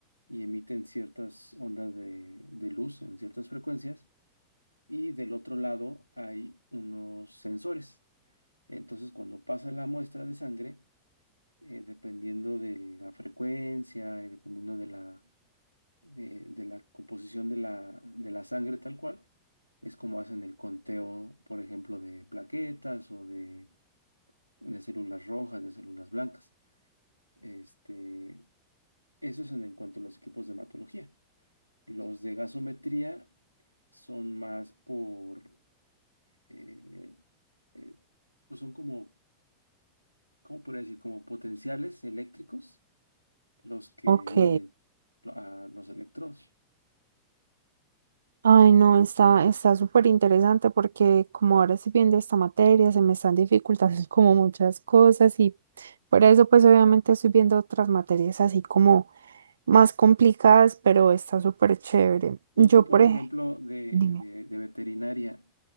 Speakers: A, on the left; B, on the right.
A: y emiten ciertas ondas de, de luz en ciertas frecuencias. Y del otro lado hay unos sensores. Entonces, cuando pasa la muestra de sangre, eh, dependiendo de la frecuencia y dependiendo de la de, de la composición de la, de la sangre tal cual. Es como hacen el conteo, por ejemplo, de plaquetas o de, de células rojas, de células blancas. Este, eso es en, en cuanto a los equipos de hematología. Los de gasometría son más por, eh, eh, pues son como, ¿cómo podría decir? Como potenciales eléctricos los que
B: Ok.
A: miden lo- a los electrodos.
B: Ay, no, está, está súper interesante porque como ahora estoy viendo esta materia, se me están dificultando <laughs> como muchas cosas y por eso pues obviamente estoy viendo otras materias así como más complicadas, pero está súper chévere.
A: Y
B: Yo
A: tú, por
B: por
A: ejemplo,
B: ejemplo,
A: de,
B: dime.
A: de- de veterinaria,